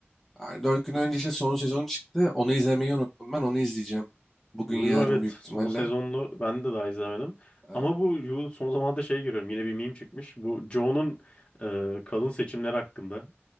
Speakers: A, in the centre; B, on the left.
A: yani dört gün önce işte son sezonu çıktı. Onu izlemeyi unuttum. Ben onu izleyeceğim. Bugün
B: Yu'yu
A: yarın
B: evet
A: büyük
B: son
A: ihtimalle.
B: sezonunu ben de daha izlemedim.
A: Ee,
B: Ama bu Yu son zamanlarda şey görüyorum yine bir meme çıkmış. Bu Joe'nun e, kadın seçimleri hakkında.